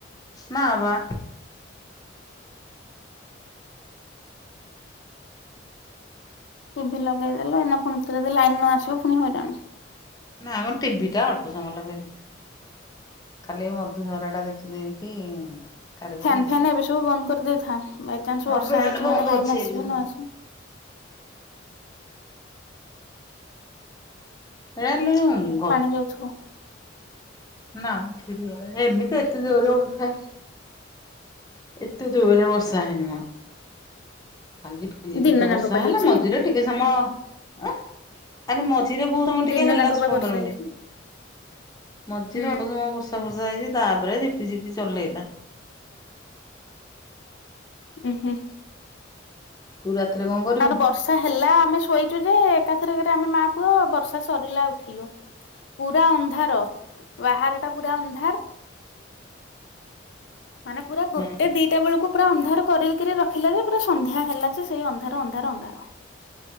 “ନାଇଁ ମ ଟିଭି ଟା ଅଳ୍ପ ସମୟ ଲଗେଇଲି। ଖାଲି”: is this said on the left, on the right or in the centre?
Left